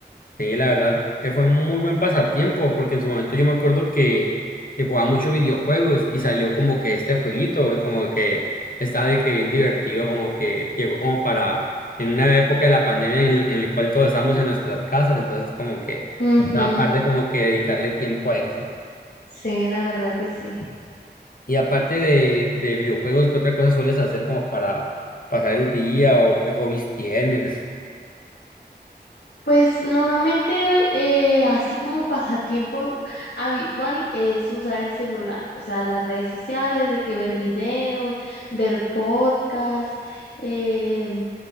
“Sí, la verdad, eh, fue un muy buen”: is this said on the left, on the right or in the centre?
Left